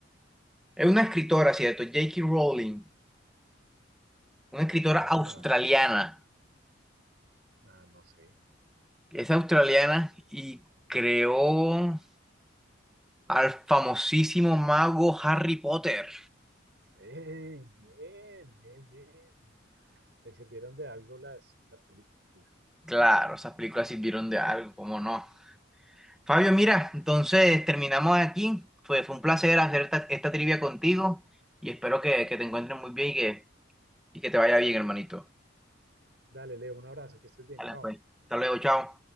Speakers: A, in the centre; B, on the right (about 60°).
A: Es una escritora, ¿cierto? J.K. Rowling. una escritora
B: Sí, señor.
A: australiana.
B: Ah, no sé.
A: Es australiana y creó al famosísimo mago Harry Potter.
B: ¡Ey! bien, bien, bien. le sirvieron de algo las, las películas.
A: Claro, esas películas sirvieron de algo, ¿cómo no? Fabio, mira, entonces terminamos aquí. Fue, fue un placer hacer esta, esta trivia contigo y espero que, que te encuentres muy bien y que, y que te vaya bien, hermanito.
B: Dale, Leo, un abrazo, que estés bien,
A: Dale,
B: chao.
A: pues. Hasta luego, chao.